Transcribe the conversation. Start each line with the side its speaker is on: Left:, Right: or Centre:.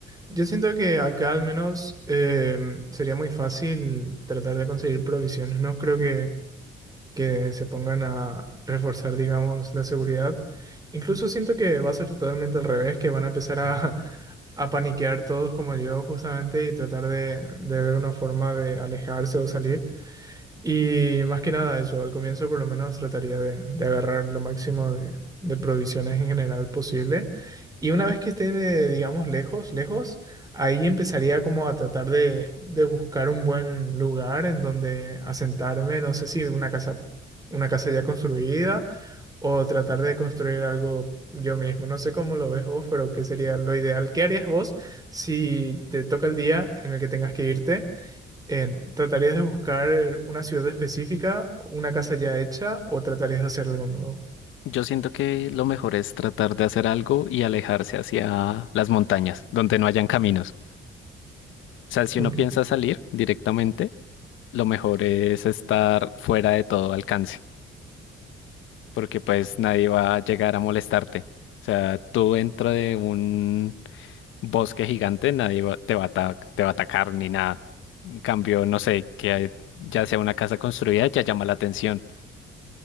Right: Yo siento que acá al menos em, sería muy fácil tratar de conseguir provisiones. No creo que, que se pongan a reforzar, digamos, la seguridad. Incluso siento que va a ser totalmente al revés, que van a empezar a, <laughs> a paniquear todos como yo justamente y tratar de, de ver una forma de alejarse o salir. Y más que nada eso, al comienzo por lo menos trataría de, de agarrar lo máximo de, de provisiones en general posible. Y una vez que esté, eh, digamos, lejos, lejos, ahí empezaría como a tratar de, de buscar un buen lugar en donde asentarme, no sé si una casa, una casa ya construida o tratar de construir algo yo mismo. No sé cómo lo ves vos, pero qué sería lo ideal. ¿Qué harías vos si te toca el día en el que tengas que irte? Eh, ¿tratarías de buscar eh, una ciudad específica, una casa ya hecha o tratarías de hacer algo nuevo?
Left: Yo siento que lo mejor es tratar de hacer algo y alejarse hacia las montañas, donde no hayan caminos. O sea, si
Right: Ok,
Left: uno piensa salir directamente, lo mejor es estar fuera de todo alcance, porque pues nadie va a llegar a molestarte. O sea, tú dentro de un bosque gigante, nadie va- te va a ata- te va a atacar ni nada. En cambio, no sé, que ya sea una casa construida, ya llama la atención.